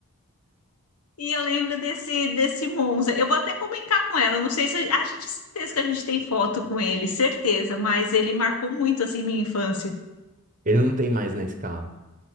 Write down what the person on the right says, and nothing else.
Ele não tem mais nesse carro.